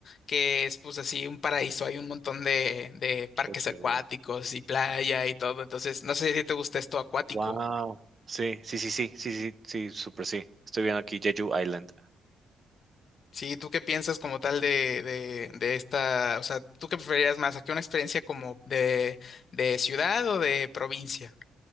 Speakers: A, on the left (about 50°); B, on the right (about 35°).
A: que es pues así un paraíso, hay un montón de, de parques
B: Jeju,
A: acuáticos y playa y todo. Entonces, no sé si te gusta esto acuático.
B: guau. Sí, sí, sí, sí, sí, sí, sí, súper sí. Estoy viendo aquí Jeju Island.
A: Sí, ¿tú qué piensas como tal de, de, de esta, o sea, ¿tú qué preferirías más? ¿Aquí una experiencia como de, de ciudad o de provincia?